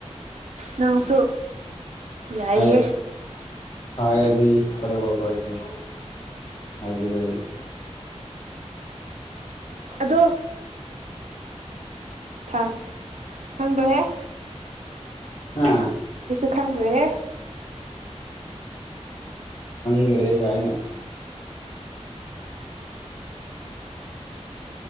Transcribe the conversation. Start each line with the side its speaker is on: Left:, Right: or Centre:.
Right: ꯅꯪꯁꯨ ꯌꯥꯏꯍꯦ
Left: ꯍꯥꯏ ꯍꯥꯏꯔꯗꯤ ꯐꯗꯣꯛꯒꯀꯣ ꯑꯩꯁꯨ ꯍꯥꯏꯕꯤꯔꯗꯤ
Right: ꯑꯗꯣ ꯊꯝ ꯍꯪꯗ꯭ꯔꯦ
Left: ꯑꯥ
Right: ꯈꯪꯗ꯭ꯔꯦꯍꯦ
Left: ꯈꯪꯔꯦ ꯀꯥꯏꯅ <unintelligible>